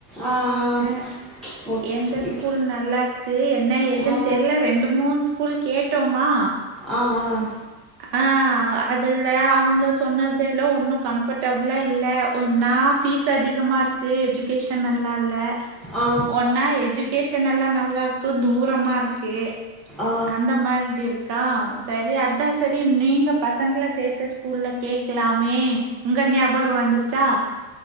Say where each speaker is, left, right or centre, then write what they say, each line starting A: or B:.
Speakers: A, in the centre; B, on the right (about 75°).
A: ஆ ஆ
B: த
A: ஓ
B: எந்த
A: இப்
B: ஸ்கூல் நல்லா இருக்கு என்ன ஏதுன்னு
A: ஆ
B: தெர்ல ரெண்டு மூன்ஸ் ஸ்கூல் கேட்டோமா
A: ஆ ஆ
B: ஆ அதுல அவங்க சொன்னதேலோ ஒன்னு கம்ஃபர்ட் டப்ல இல்ல ஒன்னா பீஸ் அதிகமா இருக்கு எஜுகேஷன் நல்லா இல்ல
A: ஆ ஆ
B: ஒன்னா எஜு கேஷன் எல்லா நல்லா இருக்கு தூரமா இருக்கு
A: ஆ
B: அந்த மாதிரி இருக்கா சரி அதா சரி நீங்க பசங்கள சேர்த்த ஸ்கூலில கேக்கலாமே உங்க ஞாபகோ வந்துச்சா